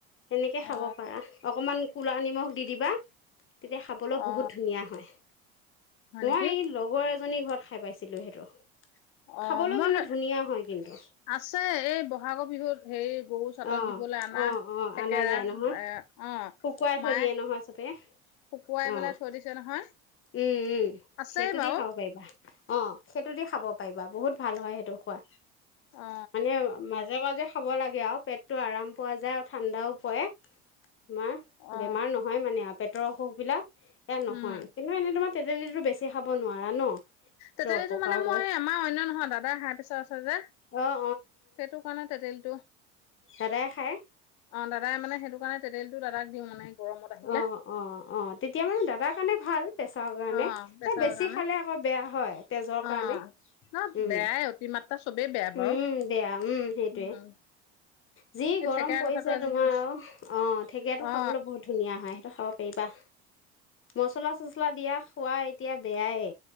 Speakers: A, on the left; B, on the left.
A: তেনেকে খাব
B: অ অ
A: পাৰা। অকমান কু'লা নিমখ দি দিবা। তেতিয়া খাবলৈ
B: অ
A: বহুত ধুনীয়া হয়।
B: হয়
A: মই
B: নেকি
A: এই লগৰ এজ জনীৰ ঘৰত খাই পাইছিলোঁ সেইটো।
B: অ',
A: খাবলৈ
B: মই,
A: কিন্তু ধুনীয়া হয় কিন্তু
B: আছে এই বহাগৰ বিহুত হেৰি গৰু চাটত
A: অ
B: দিবলৈ আনা
A: অ অ
B: থেকেৰা
A: অনা যায় নহয়
B: এ, অ',
A: শুকুৱাই থৈ
B: মায়ে
A: দিয়ে
B: শুকুৱাই
A: নহয় চবে অঁ
B: পেলাই থৈ দিছে নহয়।
A: উম, উম।
B: আছেই
A: সেইটো
B: বাৰু
A: দি খাব পাৰিবা। <inaudible> অ', সেইটো দি খাব পাৰিবা। বহুত ভাল হয় সেইটো খোৱা।
B: অ
A: মানে আাজে মাজে খাব লাগে আৰু পেটটো আৰাম পোৱা যায় আৰু ঠাণ্ডাও পৰে। তোমাৰ
B: অ
A: বেমাৰ নহয় মানে আ পেটৰ অসুখবিলাক এ নহয়।
B: উম
A: তোমাৰ তেতেলীতো বেছি খাব নোৱাৰা ন। সেইটো
B: তেতেলীটো
A: অপকাৰ
B: মানে মই
A: কৰে
B: আমাৰ অন্য নহয় দাদাৰ হাইপ্ৰেচাৰ আছে যে সেইটো
A: অঁ
B: কাৰণে তেতেলীটো
A: দাদায় খায়?
B: অ, দাদাই মানে সেইটো কাৰণে তেতেলীটো দাদাক দিওঁ মানে। গৰমত আহিলে
A: অহ, অহ, অহ। তেতিয়া মানে দাদাক সেইকাৰণে ভাল। প্ৰেছাৰ কাৰণে
B: অ প্ৰেছাৰৰ
A: ত বেছি
B: কাৰণে
A: খালে আকৌ বেয়া হয় তেজৰ
B: অ
A: কাৰণে।
B: ন
A: উম,
B: বেয়াই অতিমাত্ৰা চবেই বেয়া বাৰু
A: উম, বেয়া উম, সেইটোৱে।
B: উম
A: যি
B: এই
A: গৰম
B: থেকেৰা
A: পৰিছে
B: কথাটো আজিহে
A: তোমাৰ
B: কৈছো
A: আৰু। অ', থেকেৰাটো
B: অ
A: খাবলৈ বহুত ধুনীয়া হয়। সিহটো খাব পাৰিবা। মচলা-চচলা দিয়া খোৱা এতিয়া বেয়াই।